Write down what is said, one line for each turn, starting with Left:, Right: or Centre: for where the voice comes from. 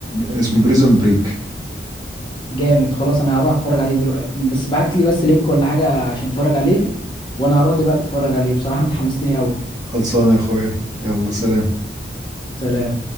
Right: اسمه بريزون بريك
Left: جامد خلاص انا هروح اتفرج عليه دلوقتي بس ابعت لي بس لينك ولا حاجه عشان اتفرج عليه وانا هروح دلوقتي اتفرج عليه بصراحه انت حمستني قوي
Right: خلصانه يا اخويا يلا سلام
Left: سلام